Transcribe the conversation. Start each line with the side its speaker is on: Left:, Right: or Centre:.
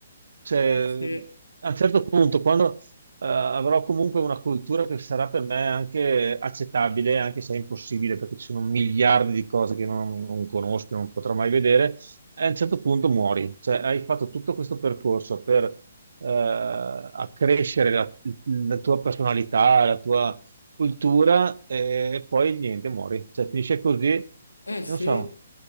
Right: Cioè,
Left: Sì.
Right: a un certo punto, quando eh, avrò comunque una cultura che sarà per me anche accettabile, anche se è impossibile, perché ci sono miliardi di cose che non, non conosco, non potrò mai vedere, a un certo punto muori. Cioè, hai fatto tutto questo percorso per eh, accrescere la, la tua personalità, la tua cultura eh, e poi niente, muori. Cioè, finisce così, eh,
Left: Eh sì,
Right: non so.